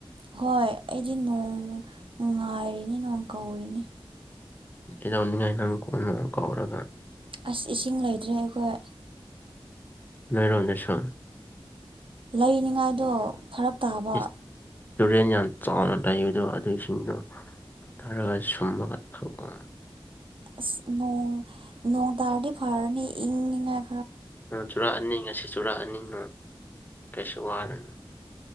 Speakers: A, on the right; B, on the left.
A: ꯍꯣꯏ ꯑꯩꯗꯤ ꯅꯣꯡ ꯉꯥꯏꯔꯤꯅꯤ ꯅꯣꯡ ꯀꯧꯔꯤꯅꯤ
B: ꯀꯩꯗꯧꯅꯤꯡꯉꯥꯏ ꯅꯪ ꯀꯣꯟꯅꯣ ꯀꯧꯔꯒ
A: ꯑꯁ ꯏꯁꯤꯡ ꯂꯩꯇ꯭ꯔꯦ ꯑꯩꯈꯣꯏ
B: ꯅꯣꯏꯔꯅꯦꯁ
A: ꯂꯩꯅꯤꯉꯥꯏꯗꯣ ꯐꯔꯛ ꯇꯥꯕ
B: ꯏꯁ ꯇꯨꯔꯦꯟ ꯌꯥꯝ ꯆꯥꯎꯅ ꯂꯩꯗꯣ ꯑꯗꯨꯁꯤꯡꯗꯣ ꯇꯔꯒ ꯁꯨꯝꯕꯒꯠꯈꯧꯕ
A: ꯑꯁ ꯅꯣꯡ ꯅꯣꯡ ꯇꯥꯔꯗꯤ ꯐꯔꯅꯤ ꯏꯪꯉꯥꯏ
B: ꯅꯣꯡ ꯆꯨꯔꯥꯑꯅꯤ ꯉꯁꯤ ꯆꯨꯔꯥꯛꯑꯅꯤ ꯅꯣꯡ ꯀꯩꯁꯨ ꯋꯥꯔꯅꯨ